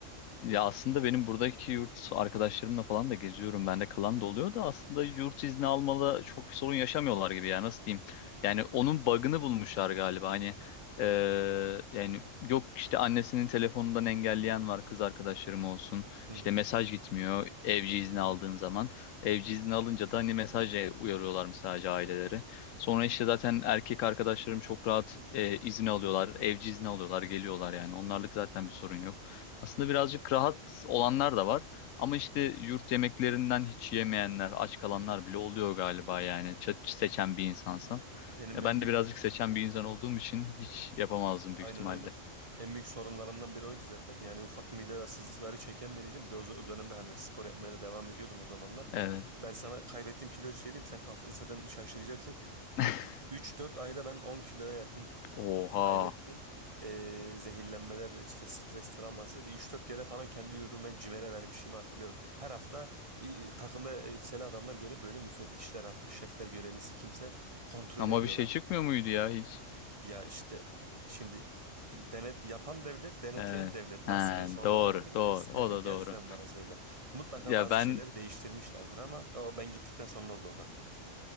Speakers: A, on the left; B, on the right.
A: Ya aslında benim buradaki yurt arkadaşlarımla falan da geziyorum. Bende kalan da oluyor da aslında yurt izni almalı çok bir sorun yaşamıyorlar gibi ya nasıl diyeyim. Yani onun bug'ını bulmuşlar galiba. Hani eee, yani yok işte annesinin telefonundan engelleyen var kız arkadaşlarım olsun.
B: Hı hı.
A: İşte mesaj gitmiyor evci izni aldığın zaman. Evci izni alınca da hani mesajla uyarıyorlar sadece aileleri. Sonra işte zaten erkek arkadaşlarım çok rahat eee, izin alıyorlar. Evci izni alıyorlar geliyorlar yani. Onlarlık zaten bir sorun yok. Aslında birazcık rahat olanlar da var. Ama işte yurt yemeklerinden hiç yemeyenler, aç kalanlar bile oluyor galiba yani. Ç- seçen bir insansan.
B: Benim
A: Ya
B: en
A: ben
B: büyük
A: de birazcık seçen bir insan olduğum için hiç yapamazdım
B: aynen
A: büyük ihtimalle.
B: aynen. En büyük sorunlarımdan biri oydu zaten. Yani ufak mide rahatsızlıkları çeken biriydim. Bir de o z- o dönemde hani spor yapmaya da devam ediyordum o zamanlar.
A: Evet.
B: Ben sana kaybettiğim kiloyu söyleyeyim. Sen kaf zaten şaşıracaksın. İlk
A: <laughs>
B: üç dört ayda ben 10 kiloya yakın
A: Oha.
B: kaybettim. Ee, zehirlenmeler, işte stres travması. Bir 3 dört kere falan kendi yurdumu ben CİMER'e vermişimi hatırlıyorum. Her hafta e, takımda elbiseli adamlar gelip böyle müfettişler artık şefler görevlisi kimse kontrol
A: Ama
B: ediyorlardı.
A: bir şey çıkmıyor muydu ya hiç?
B: Ya işte e, şimdi denet yapan devlet, denetleyen
A: Evet.
B: devlet nasıl
A: Ha,
B: bir sorun
A: doğru,
B: olabilir
A: doğru.
B: ki? <laughs> Sen-
A: O da
B: Gel
A: doğru.
B: sen bana söyle. Mutlaka
A: Ya
B: bazı
A: ben
B: şeyleri değiştirmişlerdir ama o ben gittikten sonra oldu o da.